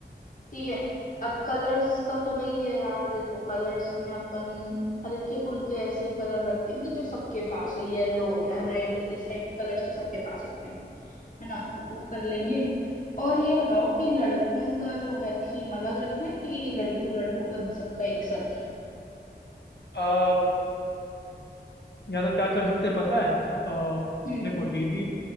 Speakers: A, on the left (about 50°); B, on the left (about 80°).
A: ठीक है अब कलर्स का तो भाई है यार देखो कलर्स में अपन हल्के फुल्के ऐसे कलर रख देंगे जो सबके पास हो येलो हो गया रेड इस टाइप के कलर्स तो सबके पास होते हैं है ना तो वो कर लेंगे और ये बताओ कि लड़कों का जो है थीम अलग रखना है कि लड़कियों लड़कों का सबका एक सा रखें
B: हम्म या तो क्या कर सकते हैं पता है अ,
A: हम्म
B: देखो दीदी